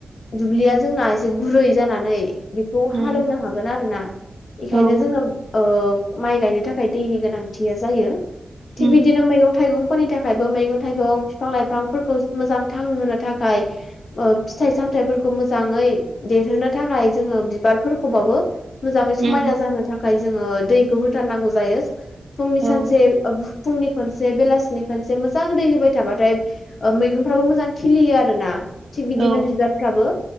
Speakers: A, on the left; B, on the right.
A: दुब्लिया जोंना एसे गुरै जा नानै बिखौ
B: उम
A: हालौनो हागोन आरोना एखायनो
B: औ
A: जोङो ओ माइ गायनो थाख खाय दैनि गोनांथिया जायो थिग
B: उम
A: बिदिनो मैगं थाइगंफोरनि थाखायबो मैगं थाइगं फिफां लाइफ फांफोरखौ मोजां थां होनो थाखाय ओ फिथाइ सामथाइफोरखौ मोजाङै देरहोनो थाखाय जोङो बिबारफोरखौबाबो मोजाङै
B: उम
A: समायना जानो थाखाय जोङो दैखौ होथारनांगौ जायो फुंनि
B: औ
A: सानसे ओ बु फुंनि खनसे बेलासिनि खनसे मोजां दै होबाय थाबाथाय ओ मैगंफ्राबो मोजां खिलियो आरो ना थिग बिदिनो
B: औ
A: बिबारफ्राबो